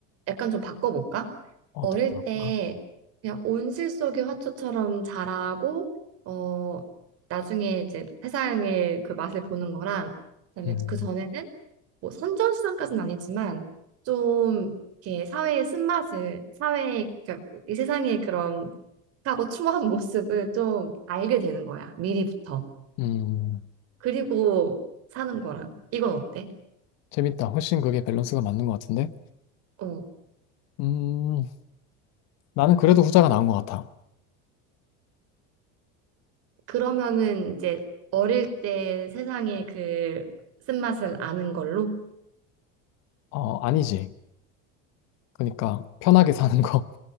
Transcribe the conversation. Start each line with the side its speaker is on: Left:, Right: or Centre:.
Right: 약간 좀 바꿔볼까?
Left: 어떻게
Right: 어릴
Left: 할까?
Right: 때 그냥 온실 속의 화초처럼 자라고 어, 나중에 이제 세상의 그 맛을 보는 거랑 그다음에
Left: 음,
Right: 그 전에는 뭐 선전수단까지는 아니지만 좀 이렇게 사회의 쓴맛을 사회의 그러니까 이 세상의 그런 하고 추모한 <laughs> 모습을 좀 알게 되는 거야 미리부터
Left: 음,
Right: 그리고 사는 거랑 이건 어때?
Left: 재밌다. 훨씬 그게 밸런스가 맞는 것 같은데?
Right: 어
Left: 음, 나는 그래도 후자가 나은 것 같아.
Right: 그러면은 이제 어릴 때 세상의 그 쓴맛을 아는 걸로
Left: 어, 아니지. 그러니까, 편하게 사는 거.